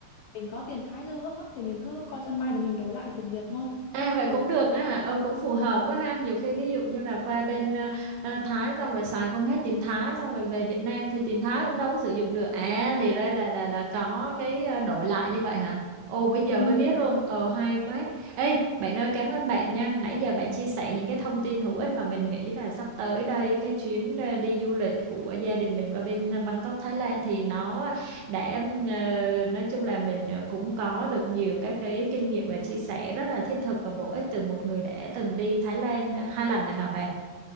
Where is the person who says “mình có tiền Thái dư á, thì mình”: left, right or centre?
Left